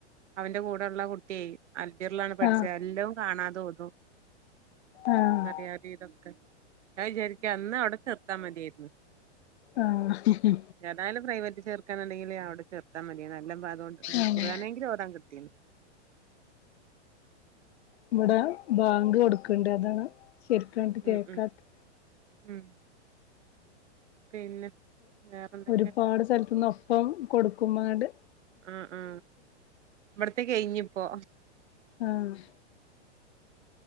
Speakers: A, on the right; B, on the left.
A: അവന്റെ കൂടള്ള കുട്ടി അൽബിർലാണ് പഠിച്ചെ
B: ആഹ്
A: എല്ലഔ കാണാതോതും
B: ആഹ്
A: അറിയാതീ തൊക്കെ ഞാ വിചാരിക്കും അന്ന് അവ്ടെ ചേർത്താ മതിആയിരുന്നു
B: ആഹ്
A: ഏതായാലും പ്രൈവ ചേർക്കാനുണ്ടെങ്കില് അവിടെ ചേർത്താൻ മതിയാണ് അല്ല അതുകൊണ്ട്
B: ആഹ്
A: കുറാനെങ്കിലും ഓതാൻ കിട്ടീണ്
B: ഇവടെ ബാങ്ക് കൊടുക്ക്ണ്ട് അതാ ശരിക്കങ്ങ്
A: ഉം
B: കേക്കാത്തെ
A: ഉം ഉം പിന്നെ വേറെന്തൊക്കെ
B: ഒരുപാട് സ്ഥലത്ത്ന്ന് ഒപ്പം കൊടുക്കുംമാട്
A: ആ ആ ഇവിടത്തെ കഴിഞ്ഞു പ്പോ
B: ആഹ്